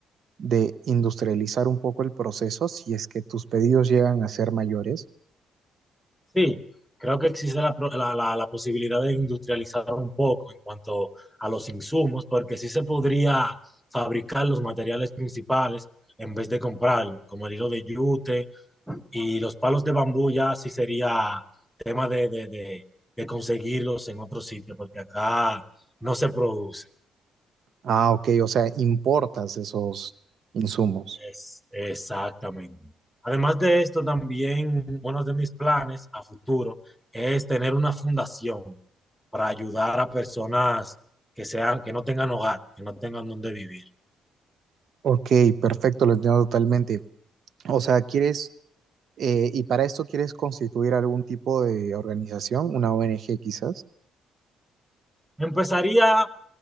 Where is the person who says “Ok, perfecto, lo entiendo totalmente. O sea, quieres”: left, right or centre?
Right